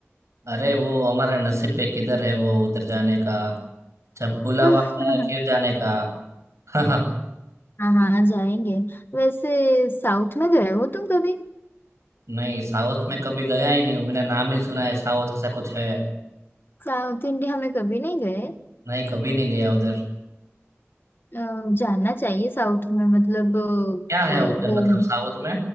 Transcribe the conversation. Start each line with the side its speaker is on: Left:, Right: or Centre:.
Right: अरे वो हमारा नसीब पे किधर है वो उधर जाने का जब बुलावा
Left: <laughs>
Right: आता है फिर जाने का <laughs>
Left: हाँ हाँ जाएंगे वैसे साउथ में गए हो तुम कभी
Right: नहीं साउथ में कभी गया ही नहीं हूँ। मैंने नाम ही सुना है साउथ ऐसा कुछ है
Left: साउथ इंडिया में कभी नहीं गए
Right: नहीं कभी नहीं गया उधर
Left: अ, जाना चाहिए साउथ में मतलब अ,
Right: क्या है
Left: अ,
Right: उधर
Left: वो
Right: मतलब साउथ में